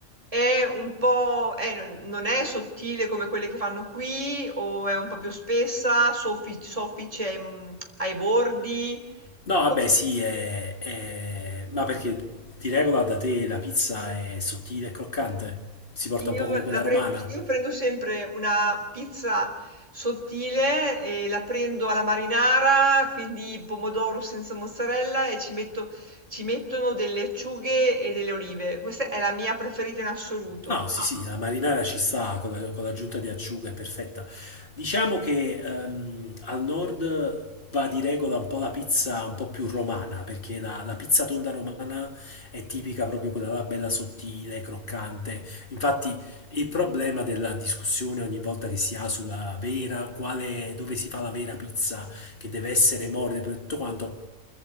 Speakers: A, on the right; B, on the left.
A: È un po', è- non non è sottile come quelle che fanno qui, o è un po' più spessa, soffi- soffice ai, ai bordi?
B: No,
A: Com'è?
B: vabbè sì, è- è- ma perché di regola da te la pizza è sottile e croccante? Si porta
A: Io
B: un po' come quella
A: la prendo,
B: romana?
A: io prendo sempre una pizza sottile e la prendo alla marinara, quindi pomodoro senza mozzarella e ci metto, ci mettono delle acciughe e delle olive. Questa è la mia preferita in assoluto.
B: No, sì, sì, la marinara ci sta con la- con l'aggiunta di acciuga, è perfetta. Diciamo che ehm, al nord va di regola un po' la pizza un po' più romana, perché la, la pizza tonda romana è tipica proprio quella là bella sottile, croccante. Infatti il problema della discussione ogni volta che si ha sulla vera, quale, dove si fa la vera pizza, che deve essere morbida per tutto quanto,